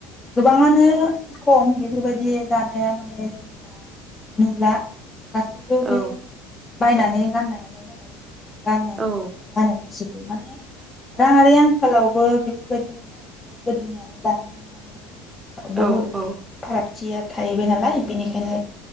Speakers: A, on the left (about 25°); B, on the right (about 25°).
A: गोबाङानो खम बेफोरबायदि दानि नाया माने जोङो दा नुला गसिबो
B: औ
A: बे बायनानै गाननायानो जाबाय गाननाया
B: औ
A: जा लानाय गाससिबो माने राङारि आंखालावबो बेफोरबायदिनो जाहैबायाथ' गोदोनिजों दानिजों माने बहुत
B: औ औ
A: फाराग जिया थाहैबाय नालाय बिनिखाय नो